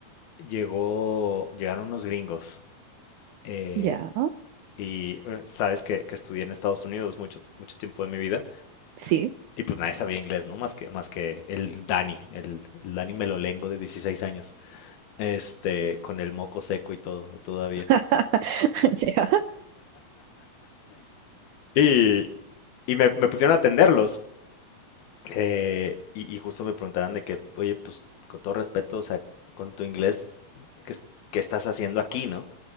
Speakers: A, on the left; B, on the right.
A: llegó, llegaron unos gringos eh,
B: Ya,
A: y eh, sabes que, que estudié en Estados Unidos mucho, mucho tiempo de mi vida
B: sí.
A: y pues nadie sabía inglés, ¿no? Más que, más que el Dani, el, el Dani Melolengo de 16 años, este, con el moco seco y todo todavía.
B: <laughs> Ya.
A: Y, y me, me pusieron a atenderlos eh, y, y justo me preguntaban de que, oye, pues con todo respeto, o sea, con tu inglés, ¿qué, es- qué estás haciendo aquí, no?